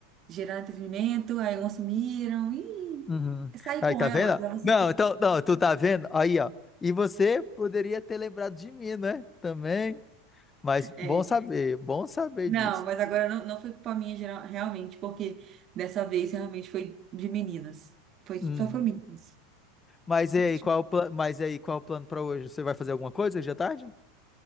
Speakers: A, on the right (about 40°); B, on the left (about 20°).
A: geraram entretenimento, aí umas sumiram. Ih,
B: Uhum.
A: sair
B: Aí,
A: com
B: tá
A: elas,
B: vendo?
A: elas
B: Não, então, não, tu tá vendo? Aí, ó. E você poderia ter lembrado de mim, né? Também. Mas
A: É.
B: bom saber, bom saber
A: Não,
B: disso.
A: mas agora não, não foi culpa minha geral, realmente, porque dessa vez realmente foi de meninas. Foi, só
B: Uhum.
A: foi meninas.
B: Mas e
A: Não,
B: aí,
A: tinha-
B: qual é o plano? Mas e aí, qual é o plano para hoje? Você vai fazer alguma coisa hoje à tarde?